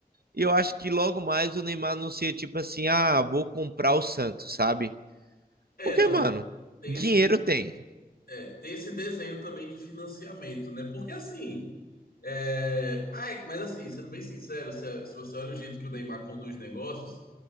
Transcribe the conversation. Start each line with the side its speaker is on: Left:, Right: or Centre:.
Right: E eu acho que logo mais o Neymar anuncia tipo assim: ah, vou comprar o Santos, sabe?
Left: É,
Right: Porque,
Left: não.
Right: mano,
Left: Tem
Right: dinheiro
Left: esse,
Right: tem.
Left: é, tem esse desenho também de financiamento, né? Porque assim. É... Ai, mas assim, sendo bem sincero, se, se você olha o jeito que o Neymar conduz negócios,